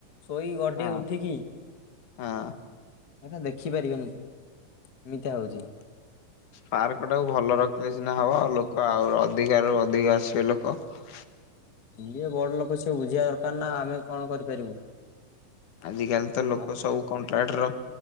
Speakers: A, on the left; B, on the left.
A: ଶୋଇ ଗଡ଼େ
B: ହଁ
A: ଉଠିକି
B: ହଁ
A: ଏଟା ଦେଖିପାରିବେନି କେ ଏମିତି ହଉଚି।
B: ପାର୍କଟାକୁ ଭଲ ରଖିଲେ ସିନା ହେବ ଲୋକ ଆଉ ଅଧିକାରୁ ଅଧିକ ଆସିବେ ଲୋକ। ହ
A: ଯିଏ ବଡ଼ ଲୋକ ସିଏ ବୁଝିବା ଦରକାର ନା ଆମେ କଣ କରିପାରିବୁ।
B: ଆଜିକାଲି ତ ଲୋକ
A: ଆ
B: ସବୁ କଣ୍ଟ୍ରାକ୍ଟର